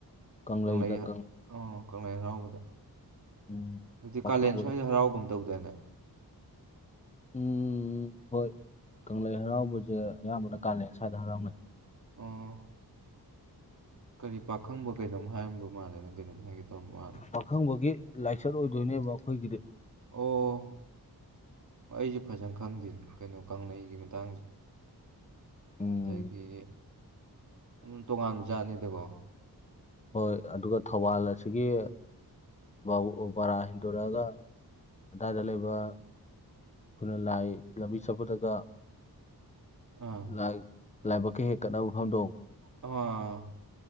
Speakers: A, on the left; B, on the right.
A: ꯀꯪꯂꯩꯗ
B: ꯀꯪꯂꯩ
A: ꯀꯪ
B: ꯑꯣ ꯀꯪꯂꯩ ꯍꯔꯥꯎꯕꯗ
A: ꯎꯝ
B: ꯑꯗꯨꯗꯤ
A: ꯄꯥꯈꯪꯕꯒꯤ
B: ꯀꯥꯂꯦꯟ ꯁ꯭ꯋꯥꯏꯗ ꯍꯔꯥꯎꯒꯨꯝ ꯇꯧꯗꯥꯏꯅꯦ
A: ꯎꯝ ꯍꯣꯏ ꯀꯪꯂꯩ ꯍꯔꯥꯎꯕꯁꯦ ꯑꯌꯥꯝꯕꯅ ꯀꯥꯂꯦꯟ ꯁ꯭ꯋꯥꯏꯗ ꯍꯔꯥꯎꯅꯩ
B: ꯑꯣ ꯀꯔꯤ ꯄꯥꯈꯪꯕ ꯀꯩꯅꯣꯝ ꯍꯥꯏꯔꯝꯕ ꯃꯥꯜꯂꯦ ꯅꯪ ꯀꯩꯅꯣꯝ ꯍꯥꯏꯒꯦ ꯇꯧꯔꯝ ꯃꯥꯜꯂꯦ
A: ꯄꯥꯈꯪꯕꯒꯤ ꯂꯥꯏꯆꯠ ꯑꯣꯏꯗꯣꯏꯅꯦꯕ ꯑꯩꯈꯣꯏꯒꯤꯗꯤ
B: ꯑꯣ ꯑꯩꯁꯦ ꯐꯖꯟ ꯈꯪꯗꯦꯅꯦ ꯀꯩꯅꯣ ꯀꯪꯂꯩꯒꯤ ꯃꯇꯥꯡꯖ‌ꯦ
A: ꯎꯝ
B: ꯑꯗꯒꯤ ꯎꯝ ꯇꯣꯉꯥꯟꯕ ꯖꯥꯠꯅꯤꯗꯀꯣ
A: ꯍꯣꯏ ꯑꯗꯨꯒ ꯊꯧꯋꯥꯜ ꯑꯁꯤꯒꯤ ꯕꯥꯕꯨꯄꯔꯥ ꯍꯦꯟꯗꯣꯔꯛꯑꯒ ꯑꯗꯥꯏꯗ ꯂꯩꯕ ꯈꯨꯟꯅ ꯂꯥꯏ ꯂꯝꯕꯤ ꯆꯠꯄꯠꯗꯒ
B: ꯑꯥ
A: ꯂꯥꯏ ꯂꯥꯏꯕꯛꯀ ꯍꯦꯛ ꯀꯠꯅꯕ ꯃꯐꯝꯗꯣ
B: ꯑꯣ